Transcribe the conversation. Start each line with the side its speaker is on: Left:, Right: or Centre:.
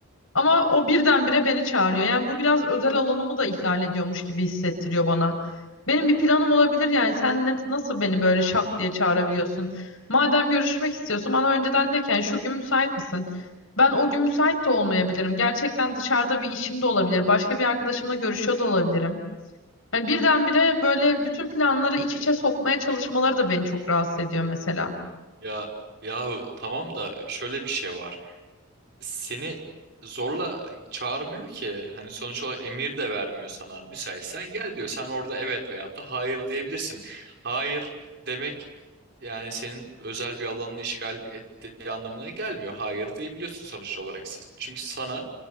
Left: Ama o birdenbire beni çağırıyor. Yani bu biraz özel alanımı da ihlal ediyormuş gibi hissettiriyor bana. Benim bir planım olabilir yani. Sen ne- nasıl beni böyle şak diye çağırabiliyorsun? Madem görüşmek istiyorsun bana önceden de ki "Yani şu gün müsait misin? Ben o gün müsait de olmayabilirim. Gerçekten dışarıda bir işim de olabilir. Başka bir arkadaşımla görüşüyor da olabilirim. Hani birdenbire böyle bütün planları iç içe sokmaya çalışmaları da beni çok rahatsız ediyor mesela.
Right: Ya ya tamam da şöyle bir şey var. Seni zorla çağırmıyor ki. Hani sonuç olarak emir de vermiyor sana. Müsaitsen gel diyor. Sen orada evet veyahut da hayır diyebilirsin. Hayır demek yani senin özel bir alanını işgal ettiği anlamına gelmiyor. Hayır diyebiliyorsun sonuç olarak. Çünkü sana